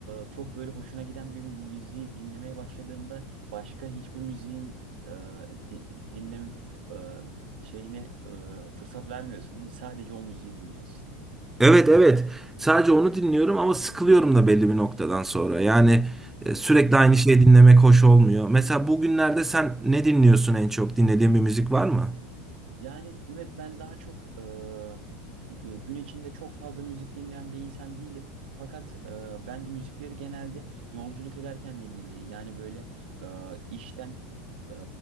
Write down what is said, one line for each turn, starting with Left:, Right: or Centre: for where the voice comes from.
Right: e, çok böyle hoşuna giden bir müziği dinlemeye başladığında başka hiçbir müziğin e, di- dinleme e, şeyine e, fırsat vermiyorsun değil mi? Sadece o müziği dinliyorsun.
Centre: Evet evet. Sadece onu dinliyorum ama sıkılıyorum da belli bir noktadan sonra. Yani e, sürekli aynı şeyi dinlemek hoş olmuyor. Mesela bugünlerde sen ne dinliyorsun en çok? Dinlediğin bir müzik var mı?
Right: Yani Mehmet ben daha çok e, gü- gün içinde çok fazla müzik dinleyen bir insan değilim. Fakat e, ben müzikleri genelde yolculuk ederken dinlemeyi yani böyle e, işten e,